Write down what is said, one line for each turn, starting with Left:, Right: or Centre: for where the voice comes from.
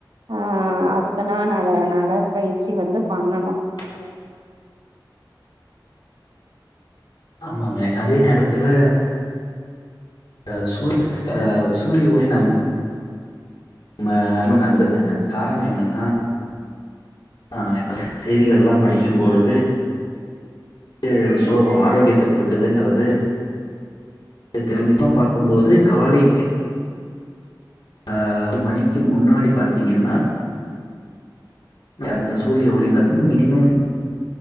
Right: ஆ அதுக்குனா நட நடப்பயிற்சி வந்து பண்ணணு
Left: ஹ ஆமாங்க அதே நேரதுல அ சூ அ சூரிய ஒளி நம் ம ரொம்ப நல்லதுங்க காரண என்னனா அ இப்ப செய்திகள்லா படிக்குபொழுது இ சுலபு ஆரோக்கியத்த குடுக்குதுங்றது இத தெரிஞ்சுக்மா பாக்குபோது காலை அ ஒரு மணிக்கு முன்னாடி பாத்தீங்கனா அந்த சூரிய ஒளி வந்து மினிமம்